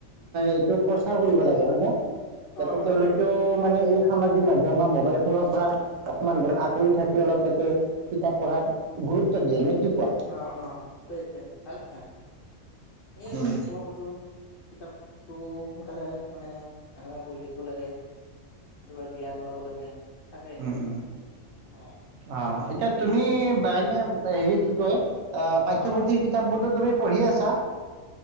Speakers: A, on the right; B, on the left.
A: এইটো প্ৰচাৰ কৰিব লাগে হয় নে। যাতে
B: অ
A: তেওঁলোকেও
B: এইটোৱে
A: মানে এই সামাজিক মাধ্যম বা মোবাইল ফোনৰ পৰা অকমান
B: অ
A: আঁতৰি থাকি অলপ যাতে কিতাপ পঢ়াত গুৰুত্ব দিয়ে নে কি কোৱা?
B: অ অ সেইটোৱে সেইটোৱে ভাল কথা এই আৰু
A: উম,
B: ক'ব খুজো কিতাপতো সোনকালে মানে মানুহে পঢ়ি থাকিব লাগে, কেতিয়াবা জ্ঞান ল'ব লাগে। তাকে
A: উম-উম
B: অ
A: এতিয়া তুমি। কাৰণে হেৰি কি কয় আহ পাঠ্যপুথিৰ
B: অ
A: কিতাপ বোৰতো তুমি পঢ়ি আছা?